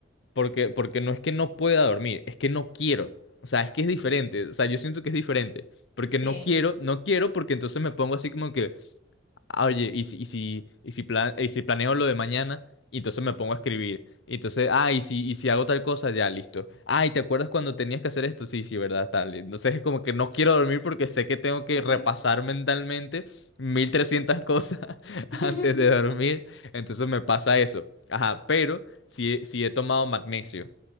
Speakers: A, on the left; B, on the left.
A: porque, porque no es que no pueda dormir, es que no quiero. O sea, es que es diferente. O sea, yo siento que es diferente. Porque no
B: Sí.
A: quiero, no quiero, porque entonces me pongo así como que. Ah, oye, y si, y si, y si, pla- y si planeo lo de mañana, y entonces me pongo a escribir. Y entonces, ah, y si, y si hago tal cosa, ya, listo. Ah, ¿y te acuerdas cuando tenías que hacer esto? Sí, sí, ¿verdad? Tal. Entonces es como que no quiero dormir porque sé que tengo que
B: Ujú.
A: repasar mentalmente 1300 cosas <laughs> antes
B: <laughs>
A: de dormir. Entonces me pasa eso. Ajá, pero si, he- si he tomado magnesio